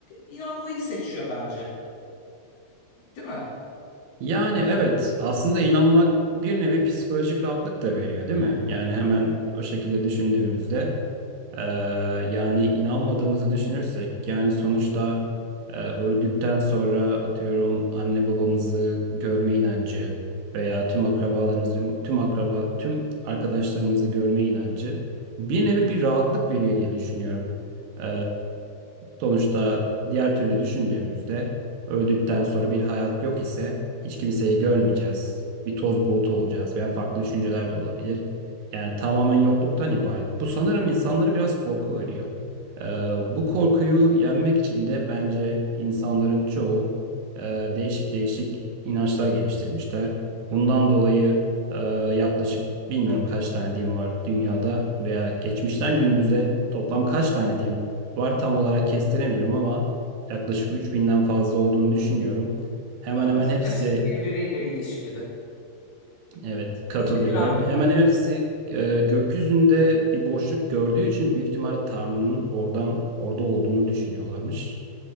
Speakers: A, on the left; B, on the right.
A: inanmayı seçiyor bence. Değil mi?
B: Yani evet aslında inanmak bir nevi psikolojik rahatlık da veriyor değil mi? Yani hemen o şekilde düşündüğümüzde Ee, yani inanmadığımızı düşünürsek yani sonuçta e, öldükten sonra atıyorum anne babamızı görme inancı veya tüm akrabalarımızı tüm, tüm akraba tüm arkadaşlarımızı görme inancı bir nevi bir rahatlık veriyor diye düşünüyorum. Ee, sonuçta diğer türlü düşündüğümüzde öldükten sonra bir hayat yok ise hiç kimseyi görmeyeceğiz. Bir toz bulutu olacağız veya farklı düşünceler de olabilir. Yani tamamen yokluktan ibaret. Bu sanırım insanları biraz korku veriyor. Ee, bu korkuyu yenmek için de bence insanların çoğu e, değişik değişik inançlar geliştirmişler. Bundan dolayı e, yaklaşık bilmiyorum kaç tane din var dünyada veya geçmişten günümüzde toplam kaç tane din var tam olarak kestiremiyorum ama yaklaşık 3000'den fazla olduğunu düşünüyorum. Hemen
A: Evet.
B: hemen hepsi
A: Hepsi de birbiriyle ilişkili.
B: Evet, katılıyorum.
A: Bir tekrar gibi
B: Hemen
A: de.
B: hepsi e, gökyüzünde bir boşluk gördüğü için büyük ihtimalle Tanrı'nın oradan orada olduğunu düşünüyorlarmış.